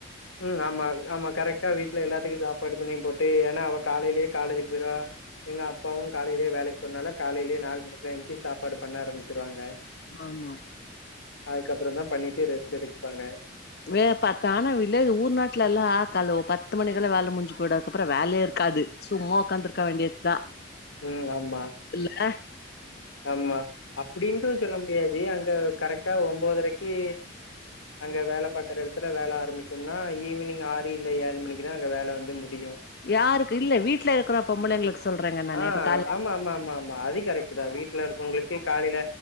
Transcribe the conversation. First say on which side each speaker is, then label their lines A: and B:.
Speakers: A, on the left; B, on the left.
A: ம் ஆமா ஆமா கரெக்டா வீட்டுல எல்லாத்துக்கு சாப்பாடு பண்ணி போட்டு ஏனா அவ காலைலே காலேஜுக்கு போய்ரா எங்க அப்பாவு காலைலே வேலைக்கு போறனால காலைலே நாலு மணிக்குலா எந்துச்சி சாப்பாடு பண்ண ஆரம்பிச்சிருவாங்க
B: ஆமா
A: அதுக்கப்றந் தா பண்ணிட்டு ரெஸ்ட் எடுப்பாங்க
B: வே பா தானா வில்லேஜ் ஊர் நாட்லல்லா கால்லே பத்து மணிக்குல்லா வேல முஞ்சு போய்டு அதுக்கு அப்புறோ வேலைய இருக்காது சும்மா உக்காந்துருக்க வேண்டியத்தா
A: அ ஆமா
B: இல்ல
A: ஆமா அப்டின்டு சொல்ல முடியாது அங்க கரெக்டா ஒன்பதரைக்கி அங்க வேல பாக்ற எடத்துல வேல ஆரம்பிக்குன்னா ஈவினிங் ஆறு இல்ல ஏழு மணிக்குதா அங்க வேல வந்து முடியு
B: யாருக்கு இல்ல வீட்ல இருக்ற பொம்பளைங்களுக்கு சொல்றேங்க நானு
A: ஆ
B: இப்ப கால
A: ஆமா ஆமா ஆமா ஆமா அது கரெக்ட்டு தா வீட்ல இருக்கவங்களுக்கு காலைல